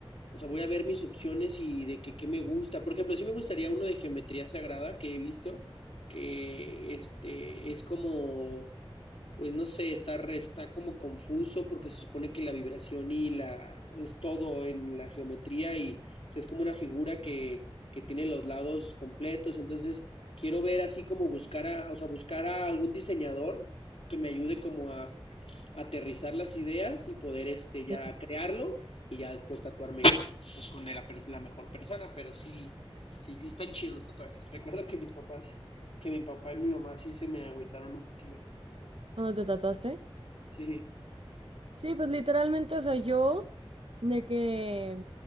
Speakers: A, on the left; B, on the right.
A: o sea, voy a ver mis opciones y de que qué me gusta. Por ejemplo, sí me gustaría uno de geometría sagrada que he visto, que este es como pues no sé, está, re- está como confuso porque se supone que la vibración y la es todo en la geometría y o sea, es como una figura que, que tiene los lados completos. Entonces, quiero ver así como buscar a, o sea, buscar a algún diseñador que me ayude como a, aterrizar las ideas y poder este ya
B: Sí.
A: crearlo y ya después tatuarme con, pues, con la, pers- la mejor persona. Pero sí, sí, sí están chidos los tatuajes. Recuerdo que mis papás, que mi papá y mi mamá sí se me agüitaron un poquillo.
B: ¿Cuándo te tatuaste?
A: Sí.
B: Sí, pues literalmente, o sea, yo de que,